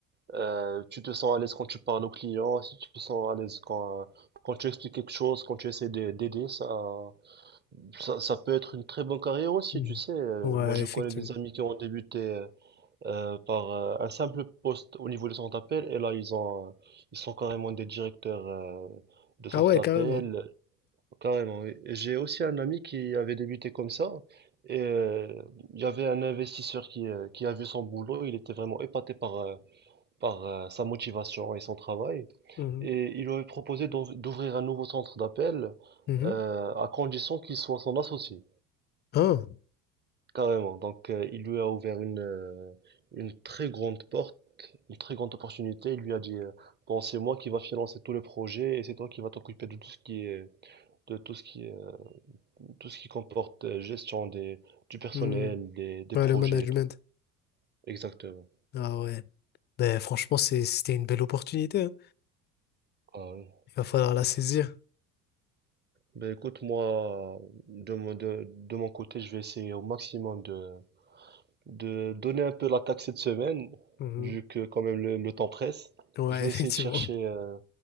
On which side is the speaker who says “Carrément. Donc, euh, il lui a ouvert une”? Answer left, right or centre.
Right